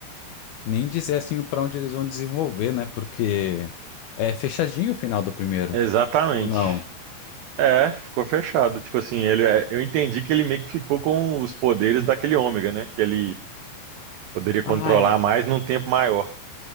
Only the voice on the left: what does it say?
Nem dizer assim para onde eles vão desenvolver, né? Porque é fechadinho o final do primeiro.
Ou não?
Ah, é.